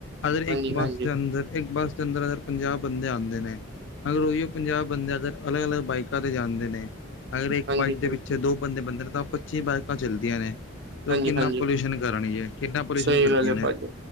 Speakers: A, on the left (about 65°); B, on the right (about 55°).
A: ਅਗਰ
B: ਹਾਂਜੀ
A: ਇੱਕ ਬੱਸ
B: ਹਾਂਜੀ
A: ਦੇ ਅੰਦਰ, ਇੱਕ ਬੱਸ ਦੇ ਅੰਦਰ ਅਗਰ, ਪੰਜਾਹ ਬੰਦੇ ਆਉਂਦੇ ਨੇ, ਅਗਰ ਉਹੀਓ ਪੰਜਾਹ ਬੰਦੇ ਅਗਰ, ਅਲੱਗ ਅਲੱਗ ਬਾਈਕਾਂ ਤੇ ਜਾਂਦੇ ਨੇ, ਅਗਰ ਇੱਕ
B: ਹਾਂਜੀ
A: ਬਾਈਕ ਦੇ
B: ਹਾਂਜੀ
A: ਪਿੱਛੇ ਦੋ ਬੰਦੇ ਬੈਠੇ ਨੇ ਤਾਂ ਪੱਚੀ ਬਾਈਕਾਂ ਚੱਲਦੀਆਂ ਨੇ। ਤੇ
B: ਹਾਂਜੀ
A: ਉਹ ਕਿੰਨਾ
B: ਹਾਂਜੀ
A: ਪੋਲਿਊਸ਼ਨ ਕਰਣੀ ਹੈ ਕਿੰਨਾ ਪੋਲਿਊਸ਼ਨ
B: ਸਹੀ
A: ਕਰਦੀਆਂ
B: ਗੱਲ ਹੈ
A: ਨੇ
B: ਭਾਜੀ